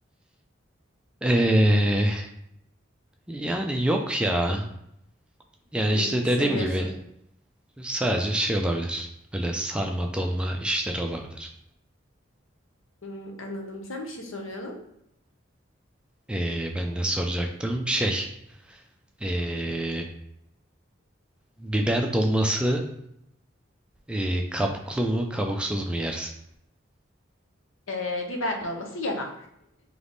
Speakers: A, in the centre; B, on the left (about 85°).
A: ee, yani yok ya. Yani
B: Hmm,
A: işte
B: seviyorsun.
A: dediğim gibi sadece şey olabilir. Öyle sarma dolma işleri olabilir.
B: Hmm, anladım. Sen bir şey soruyordun.
A: Ee, ben ne soracaktım? Şey ee, biber dolması ee, kabuklu mu kabuksuz mu yersin?
B: Ee, biber dolması yemem.